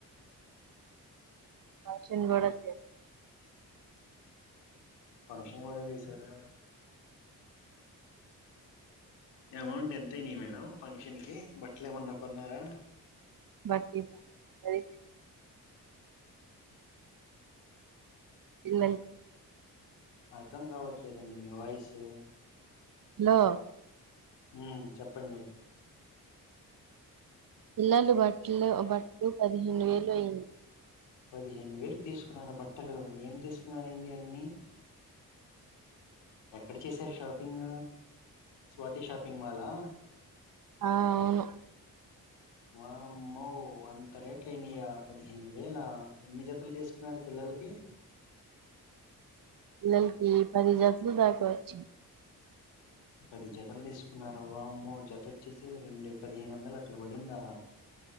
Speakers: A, on the right (about 55°); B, on the left (about 90°).
A: ఫషన్ కూడా చేస్తు
B: ఫంక్షన్ కూడా చేసారా అమౌంట్ ఎంత్తెనాయి మేడం ఫంక్షన్ కి బట్టలు ఏమన్నా కొన్నారా
A: బాటి అది పిల్లల్
B: అర్థం కావట్లేదండి మీ వాయిసు
A: లో
B: హ చెప్పండి
A: పిల్లలు బట్లు బట్ లు పదిహేను వేలు అయ్యింది
B: పదిహేను వేలుకి తీసుకున్నార బట్టలు ఏం చేసుకున్నారండి అన్నీ ఎక్కడ చేశారు షాపింగ్ స్వాతి షాపింగ్ మాల్ ఆ
A: ఆ అవును
B: వామ్మో అంత రేట్లుయినాయ్యా పదిహేను వేల ఎన్ని జతలు తీసుకున్నారు పిల్లలకి
A: పిల్లలకి పది జతలు దాకా వచ్చిం
B: పది జతలు తీసుకున్నారు వామ్మో జత వచ్చేసి రెండు పదిహేను వందలు అట్ల పడిందా